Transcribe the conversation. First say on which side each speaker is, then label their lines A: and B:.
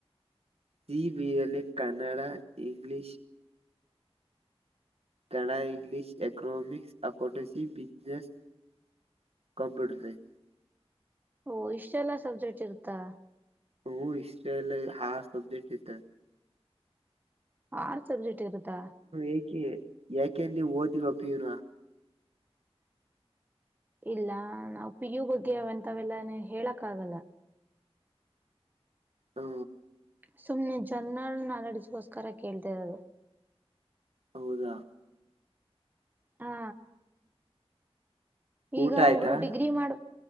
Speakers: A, on the right (about 70°); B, on the right (about 15°).
A: ಸಿ ಈ ಬಿ ಹೇ ಯಲ್ಲಿ Kannada English. Kannada English economics accountancy business computer science.
B: ಓ ಇಷ್ಟೆಲ್ಲಾ ಸಬ್ಜೆಕ್ಟ್ ಇರುತ್ತಾ.
A: ಹ ಇಸ್ಟ್ರಲ್ ಹಾರ್ ಸಬ್ಜೆಕ್ಟ್ ಇದತ.
B: ಆರ್ ಸಬ್ಜೆಕ್ಟ್ ಇರುತಾ.
A: ಏಕೆ ಯಾಕೆ ನೀವ್ ಓಧಿಲ್ವಾ ಪಿ ಯು ನಾ.
B: ಇಲ್ಲ ನಾವ್ ಪಿ ಯು ಬಗೆವಂತಾವೆಲ್ಲಾನ ಹೇಳಕ್ ಆಗಲ್ಲ.
A: ಹೊ.
B: ಸುಮ್ನೆ ಜರ್ರಲ್ ನಾಲೆಡ್ಗೋಸ್ಕರ ಕೇಳ್ತಿರೋದು.
A: ಹೌದಾ.
B: ಹಾ. ಈಗ
A: ಊಟ ಆಯ್ತಾ
B: ಒಬ್ರು ಡಿಗ್ರಿ ಮಾಡ